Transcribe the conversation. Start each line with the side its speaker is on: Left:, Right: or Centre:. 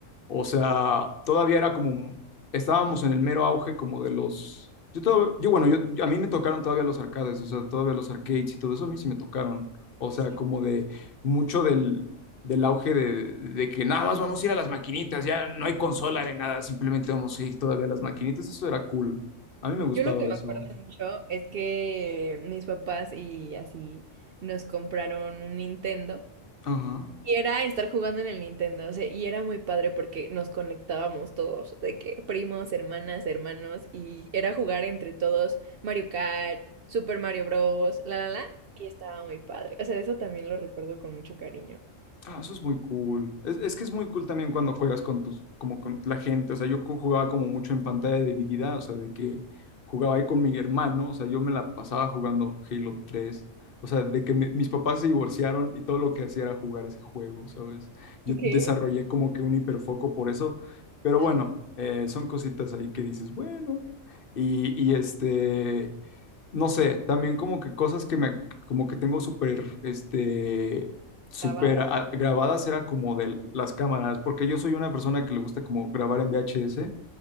Left: o sea, todavía era como, estábamos en el mero auge como de los, yo todo, yo bueno, yo, yo- a mí me tocaron todavía los arcades, o sea, todavía los arcades y todo eso a mí sí me tocaron, o sea,
Right: sí.
Left: como de mucho del, del auge de, de que nada más vamos a ir a las maquinitas, ya no hay consola ni nada, simplemente vamos a ir todavía a las maquinitas, eso era cool, a mí me gustaba
Right: Yo lo que me
Left: eso.
Right: acuerdo mucho es que mis papás y así nos compraron un Nintendo.
Left: Ajá.
Right: Y era estar jugando en el Nintendo, o sea, y era muy padre porque nos conectábamos todos, de que primos, hermanas, hermanos, y era jugar entre todos Mario Kart, Super Mario Bros, la la la, y estaba muy padre. O sea, eso también lo recuerdo con mucho cariño.
Left: Ah, eso es muy cool. Es, es que es muy cool también cuando juegas con tus, como con la gente. O sea, yo co- jugaba como mucho en pantalla dividida, o sea, de que jugaba ahí con mi hermano, o sea, yo me la pasaba jugando Halo tres. O sea, de que mi- mis papás se divorciaron y todo lo que hacía era jugar ese juego, ¿sabes? Yo
Right: ¿Qué?
Left: desarrollé como que un hiperfoco por eso, pero
Right: Ajá,
Left: bueno, eh, son cositas ahí que dices, bueno, y, y este, no sé, también como que cosas que me, como que tengo súper, este, súper
Right: grabada.
Left: a- grabadas era como de las cámaras, porque yo soy una persona que le gusta como grabar en VHS,